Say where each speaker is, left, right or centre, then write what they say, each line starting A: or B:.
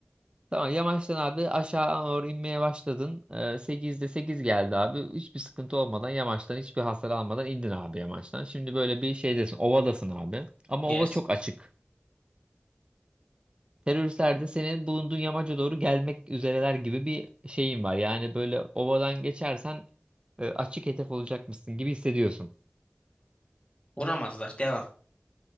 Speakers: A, on the right; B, on the left.
A: Tamam yamaçtan abi aşağı doğru inmeye başladın. Ee, 8'de 8 geldi abi. Hiçbir sıkıntı olmadan yamaçtan hiçbir hasar almadan indin abi yamaçtan. Şimdi böyle bir şeydesin ovadasın abi. Ama
B: Yes.
A: ova çok açık. Teröristler de senin bulunduğun yamaca doğru gelmek üzereler gibi bir şeyin var. Yani böyle ovadan geçersen e, açık hedef olacakmışsın gibi hissediyorsun.
B: Vuramazlar. Devam.